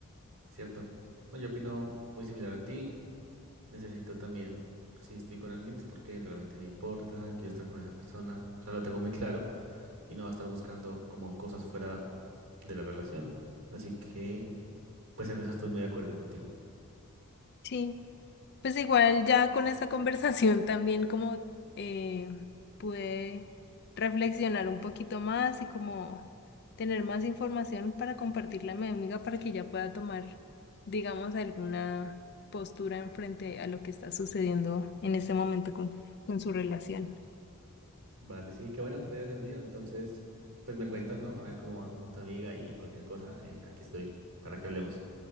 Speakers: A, on the right (about 60°); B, on the left (about 50°).
A: ¿Cierto? No, yo opino muy similar a ti. Necesito también, si estoy con alguien es porque realmente me importa, quiero estar con esa persona. O sea, lo tengo muy claro y no va a estar buscando como cosas fuera de la relación. Así que, pues en eso estoy muy de acuerdo contigo.
B: Sí. Pues igual ya con esta <laughs> conversación también como eh, pude reflexionar un poquito más y como tener más información para compartirla a mi amiga para que ella pueda tomar, digamos, alguna postura en frente a lo que está sucediendo en este momento con, con su relación.
A: Vale, sí, qué bueno que te haya servido. Entonces, pues me cuentas, ¿no? A ver cómo va con tu amiga y cualquier cosa. eh, aquí estoy para que hablemos.